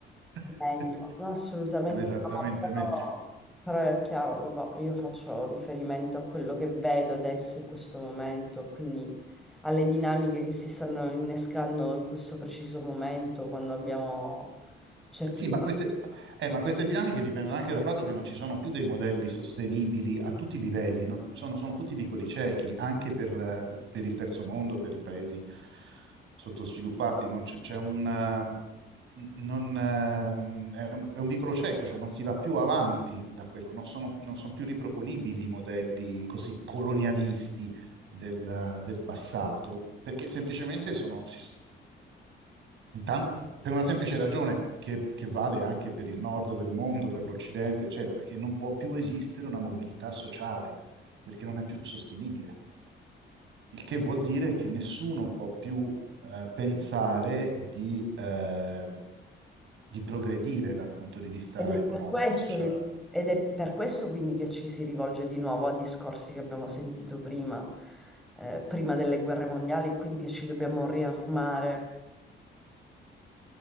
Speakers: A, on the right; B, in the centre.
A: <laughs>
B: meglio. No, assolutamente
A: stiano esattamente
B: no, però,
A: meglio.
B: però è chiaro, vabbè, io faccio riferimento a quello che vedo adesso in questo momento, quindi alle dinamiche che si stanno innescando in questo preciso momento quando abbiamo certi...
A: Sì, ma queste, eh, ma queste dinamiche dipendono anche dal fatto che non ci sono più dei modelli sostenibili a tutti i livelli, no? Sono, sono tutti vicoli ciechi, anche per, eh, per il terzo mondo, per i paesi sottosviluppati, non c'è c'è un, eh, non, ehm, è un, è un vicolo cieco, cioè non si va più avanti da quello, non sono, non sono più riproponibili i modelli così colonialisti del, del passato, perché semplicemente sono, si Intan- per una semplice ragione che, che vale anche per il nord del mondo, per l'Occidente, eccetera, che non può più esistere una mobilità sociale perché non è più sostenibile. Il che vuol dire che nessuno può più eh, pensare di, eh, di progredire da un punto di vista
B: Ed è
A: economico
B: per questo
A: e sociale.
B: che- ed è per questo quindi che ci si rivolge di nuovo a discorsi che abbiamo sentito prima, eh, prima delle guerre mondiali, e quindi che ci dobbiamo riarmare.